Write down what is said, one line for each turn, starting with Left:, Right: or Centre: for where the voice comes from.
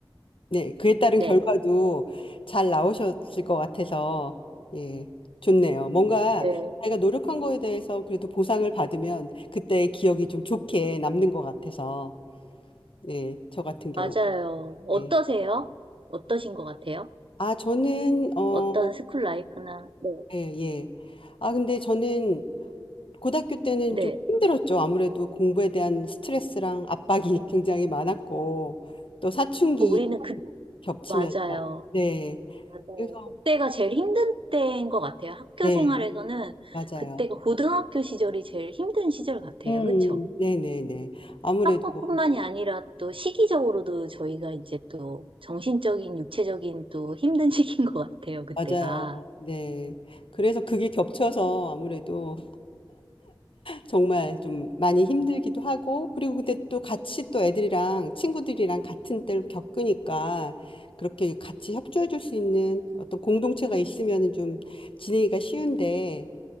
Left: 네. 그에 따른
Right: 네.
Left: 결과도 잘 나오셨을 것 같아서, 예. 좋네요. 뭔가
Right: 네.
Left: 자기가 노력한 거에 대해서 그래도 보상을 받으면 그때의 기억이 좀 좋게 남는 것 같아서, 예. 저 같은 경우.
Right: 맞아요. 어떠세요?
Left: 예.
Right: 어떠신 것 같아요?
Left: 아, 저는, 어,
Right: 어떤 스쿨 라이프나, 네.
Left: 예, 예. 아, 근데 저는 고등학교 때는
Right: 네.
Left: 좀 힘들었죠. 아무래도 공부에 대한 스트레스랑 압박이 <laughs> 굉장히 많았고, 또 사춘기
Right: 우리는 그,
Left: 겹치면서.
Right: 맞아요.
Left: 네.
Right: 맞아요.
Left: 그래서,
Right: 그때가 제일 힘든 때인 것 같아요. 학교
Left: 네,
Right: 생활에서는
Left: 맞아요.
Right: 그때가 고등학교 시절이 제일 힘든 시절 같아요.
Left: 음,
Right: 그쵸?
Left: 네네네. 아무래도,
Right: 학업뿐만이 아니라 또 시기적으로도 저희가 이제 또 정신적인, 육체적인 또 힘든 <laughs> 시기인 것 같아요. 그때가.
Left: 맞아요. 네. 그래서 그게 겹쳐서 아무래도 정말 좀 많이 힘들기도 하고, 그리고 근데 또 같이 또 애들이랑 친구들이랑 같은 때를 겪으니까 그렇게 같이 협조해 줄 수 있는 어떤 공동체가 있으면은 좀 지내기가 쉬운데,